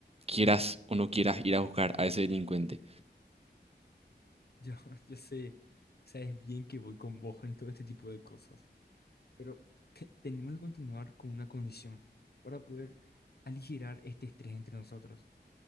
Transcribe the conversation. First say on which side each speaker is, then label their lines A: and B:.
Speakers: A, on the right (about 35°); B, on the left (about 60°).
A: quieras o no quieras ir a buscar a ese delincuente.
B: Yo, yo sé, sabes bien que voy con vos en todo este tipo de cosas. pero te- tenemos que continuar con una condición para poder aligerar este estrés entre nosotros.